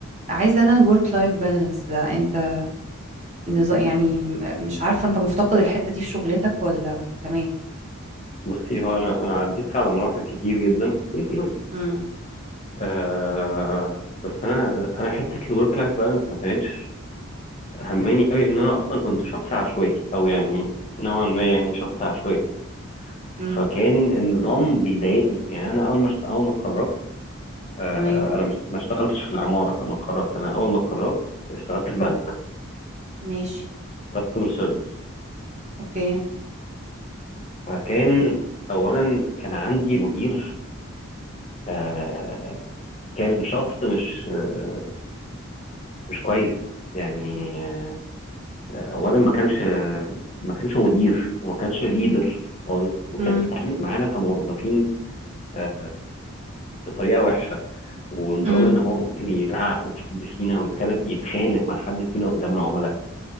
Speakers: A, on the right; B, on the left.
A: عايزة أنا الورك لايف بالانس ده أنت نظا- يعني مش عارفة أنت مفتقد الحتة دي في شغلتك ولا تمام
B: بصي هو انا انا عديت على مراحل كتير جدا <clears throat> <laughs>
A: امم
B: آه بس انا انا حته الورك لايف بالانس ما كانتش همني قوي ان انا اصلا كنت شخص عشوائي او يعني نوعا ما يعني شخص عشوائي
A: امم
B: فكان النظام بيضايقني يعني انا اول ما اشت- اول ما اتخرجت آه،
A: تمام
B: انا مش ما اشتغلتش في العماره لما اتخرجت انا اول ما اتخرجت اشتغلت في بنك
A: ماشي
B: كاستمر سيرفيس
A: اوكي
B: فكان اولا كان عندي مدير آه، كان شخص مش آه، مش كويس يعني آه، اولا ما كانش ما كانش مدير وما كانش ليدر خالص وكان
A: امم
B: بيتعامل معانا كموظفين آه، بطريقه وحشه ونظام
A: امم
B: ان هو ممكن يزعق لحد فينا ويتكلم يتخانق مع حد فينا قدام العملاء